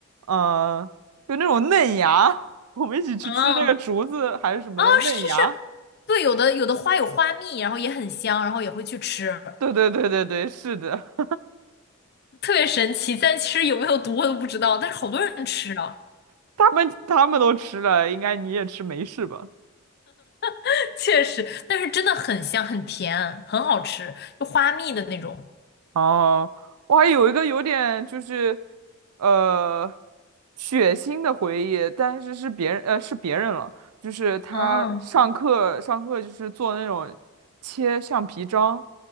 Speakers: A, on the right; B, on the left.
A: 呃，就那种嫩芽，<laughs> 我们一起去吃那个竹子还是什么的嫩芽。
B: 嗯，啊，是是是，对，有的有的花有花蜜，然后也很香，然后也会去吃。
A: 对对对对对，是的，
B: 特别神奇，但其实有没有毒我都不知道，但是好多人吃啊，
A: <laughs> 他们他们都吃了，应该你也吃没事吧？
B: <laughs> 确实，但是真的很香，很甜，很好吃，就花蜜的那种。
A: 哦，我还有一个有点就是，呃，血腥的回忆，但是是别人，呃，是别人了，就是他上课上课就是做那种切橡皮章，
B: 嗯